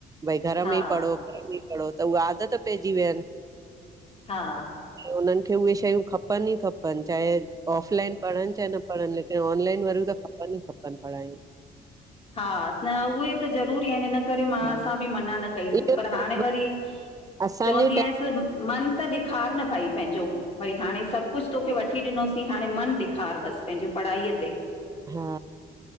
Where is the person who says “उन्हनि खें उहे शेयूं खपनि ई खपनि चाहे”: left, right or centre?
Right